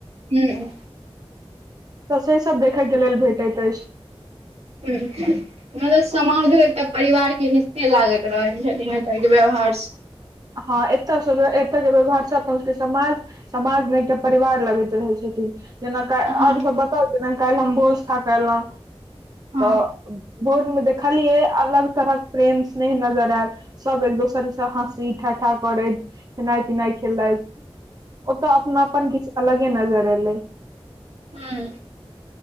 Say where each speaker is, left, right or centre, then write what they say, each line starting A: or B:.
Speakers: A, on the right; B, on the right.
A: हुँ।
B: तऽ से सब देखैइके लेल भेटैत अछि।
A: उंम्म हुँ <inaudible> मतलब समाजो एकटा परिवार के हिस्से लागैत रहै छथिन एतऽ के व्यवहार स
B: हँ एतयसँ एतय जेबै भाषा अपन के समाज समाज नै एक टा परिवार लगैत रहै छथिन। जेना क
A: हँ
B: आर सब बताउ जेना काल्हि हम भोज खा के आयलौं
A: हँ
B: तऽ भोज मे देख लियै अलग तरहक प्रेम स्नेह नजर आयल सब एक दोसर से हस् सी् ठठा करैत खेनाइ पिनाइ खेलैथ ओतऽ अपनापन किछ अलगे नजर एलै
A: हँ